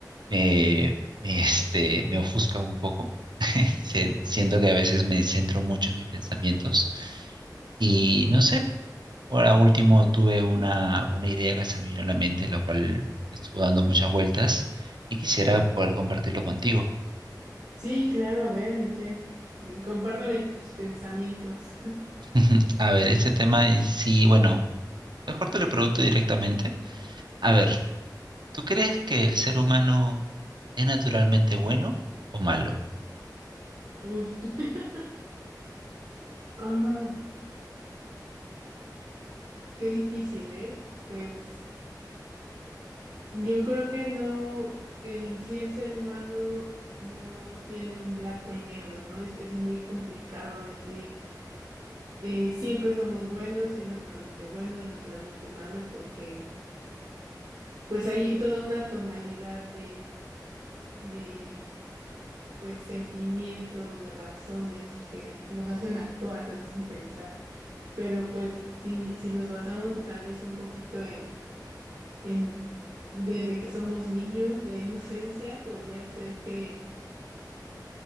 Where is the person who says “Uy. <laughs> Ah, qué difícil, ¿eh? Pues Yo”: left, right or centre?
Right